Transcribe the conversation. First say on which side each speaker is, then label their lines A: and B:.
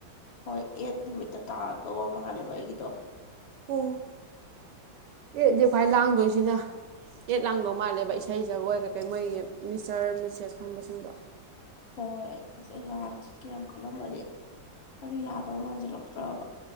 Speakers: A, on the left; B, on the right.
A: ꯍꯣꯏ ꯑꯦꯠ ꯅꯨꯃꯤꯠꯇ ꯇꯥꯔꯛꯇꯧꯕ ꯃꯥꯜꯂꯦꯕ ꯑꯩꯒꯤꯗꯣ
B: ꯎ ꯑꯦꯗꯤ ꯈ꯭ꯥꯏ ꯂꯥꯡꯗꯣꯏꯁꯤꯅ ꯑꯦꯠ ꯂꯥꯡꯗꯧ ꯃꯥꯜꯂꯦꯕ ꯏꯁꯩ ꯖꯒꯣꯏ ꯀꯩꯀꯩ ꯃꯣꯏꯒꯤ ꯃꯤꯁꯇꯔ ꯃꯤꯁꯦꯁ ꯈꯟꯕꯁꯤꯡꯗꯣ
A: ꯍꯣꯏꯣꯏ ꯑꯁ ꯑꯩ ꯋꯥꯅ ꯆꯠ ꯀꯌꯥꯝ ꯈꯜꯂꯝꯃꯒꯦ ꯑꯗꯨ ꯌꯥꯗꯧ ꯃꯥꯟꯁꯤꯜꯂꯛꯇ꯭ꯔꯕ